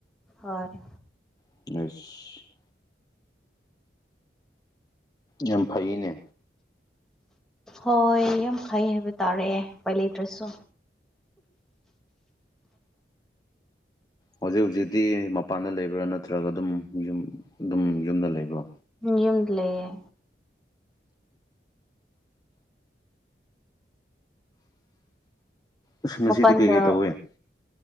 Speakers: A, in the centre; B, on the left.
A: ꯍꯣꯏ
B: ꯑꯁ ꯌꯥꯝ ꯐꯩꯌꯦꯅꯦ
A: ꯍꯣꯏ ꯌꯥꯝ ꯐꯩ ꯍꯥꯏꯕ ꯇꯥꯔꯦ ꯎꯄꯥꯏ ꯂꯩꯇ꯭ꯔꯁꯨ
B: ꯍꯧꯖꯤꯛ ꯍꯧꯖꯤꯛꯇꯤ ꯃꯄꯥꯟꯗ ꯂꯩꯕ꯭ꯔꯥ ꯅꯠꯇ꯭ꯔꯒ ꯑꯗꯨꯝ ꯌꯨꯝ ꯑꯗꯨꯝ ꯌꯨꯝꯗ ꯂꯩꯕ꯭ꯔꯣ
A: ꯌꯨꯝꯗ ꯂꯩꯌꯦ
B: ꯑꯁ ꯉꯁꯤꯗꯤ
A: ꯃꯥꯄꯜꯗ
B: ꯀꯩꯀꯩ ꯇꯧꯋꯦ